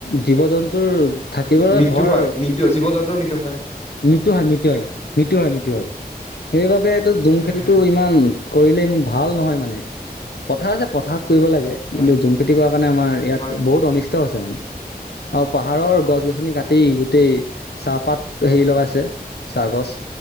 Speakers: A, on the left (about 85°); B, on the left (about 40°).
A: জীৱ-জন্তু। তোৰ থাকিবলৈ
B: মৃত্যু
A: ঘৰ
B: হয় মৃত্যু জীৱ জন্তুৰ মৃত্যু হয়
A: মৃতু হয়, মৃত্যু হয়, মৃত্যু হয়, মৃত্যু হয়। সেইবাবে এইটো জুম
B: হয়
A: খেতিটো
B: হয়
A: ইমান কৰিলে ইমান ভাল নহয় মানে পথাৰ আছে পথাৰ। কৰিব লাগে কিন্তু
B: হয়
A: জুম খেতি কৰাৰ কাৰণে আমাৰ ইয়াত
B: হয় হয়
A: বহুত অনিষ্ট আছে মানে। আৰু পাহাৰৰ গছ গছনি কাটি গোটেই চাহপাত হেৰি লগাইছে ছাগচ